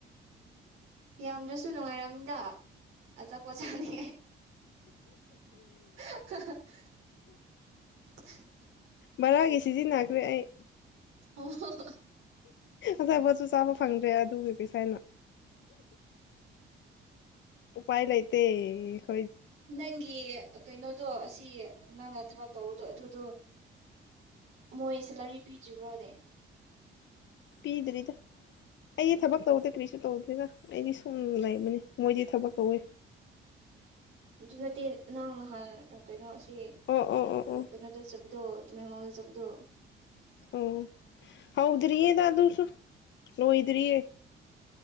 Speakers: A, on the right (about 75°); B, on the left (about 65°).
A: ꯌꯥꯝꯗ꯭ꯔꯁꯨ ꯅꯨꯡꯉꯥꯏꯔꯝꯅꯤꯗ ꯑꯆꯥꯄꯣꯠ ꯆꯥꯅꯤ <unintelligible>
B: ꯕꯔꯥꯒꯤ ꯁꯤꯖꯤꯟꯅꯈ꯭ꯔꯦ ꯑꯩ
A: ꯑꯣ ꯍꯣ ꯍ
B: ꯑꯆꯥꯄꯣꯠꯁꯨ ꯆꯥꯕ ꯐꯪꯗ꯭ꯔꯦ ꯑꯗꯨꯒꯤ ꯄꯩꯁꯥꯅ ꯎꯄꯥꯏ ꯂꯩꯇ ꯇ
A: ꯅꯪꯒꯤ ꯀꯩꯅꯣ ꯑꯗꯣ ꯑꯁꯤ ꯅꯪꯅ ꯊꯕꯛ ꯇꯧꯕꯗꯣ ꯑꯗꯨꯗꯣ ꯃꯣꯏ ꯁꯦꯂꯔꯤ ꯄꯤꯗ꯭ꯔꯤꯕ꯭ꯔꯣꯅꯦ
B: ꯄꯤꯗ꯭ꯔꯤꯗ ꯑꯩꯗꯤ ꯊꯕꯛ ꯇꯧꯗꯦ ꯀꯔꯤꯁꯨ ꯇꯧꯗꯦꯗ ꯑꯩꯗꯤ ꯁꯨꯝ ꯂꯩꯕꯅꯤ ꯃꯣꯏꯗꯤ ꯊꯕꯛ ꯀꯧꯋꯦ
A: ꯑꯗꯨ ꯅꯠꯇꯦ ꯅꯍꯪ ꯅꯍꯥꯟ ꯀꯩꯅꯣ ꯁ
B: ꯑꯣ ꯑꯣ ꯑꯣ ꯑꯣ
A: ꯀꯩꯅꯣ ꯇꯧꯖꯕꯗꯣ ꯇ ꯃꯗ ꯆꯕꯨꯗꯣ
B: ꯑꯣ ꯍꯧꯗꯔꯤꯌꯦ ꯗ ꯑꯗꯨꯁꯨ ꯂꯣꯏꯗꯔꯤꯌꯦ